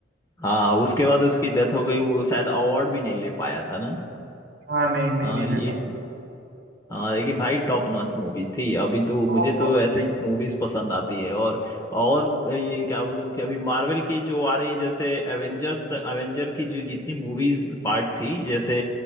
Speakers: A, on the left; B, on the right.
A: हाँ उसके बाद उसकी डेथ हो गई वो शायद अवार्ड भी नहीं ले पाया था ना
B: हाँ नहीं नहीं
A: हाँ
B: नहीं
A: ये
B: ले पाया
A: हाँ लेकिन भाई टॉप नॉच मूवी थी अभी तो
B: Top
A: मुझे
B: prospect.
A: तो ऐसे ही मूवीज पसंद आती है और और ये क्या बोलूं कि अभी मार्वल की जो आ रही है जैसे एवेंजर्स तक एवेंजर की जो जितनी मूवीज पार्ट थी जैसे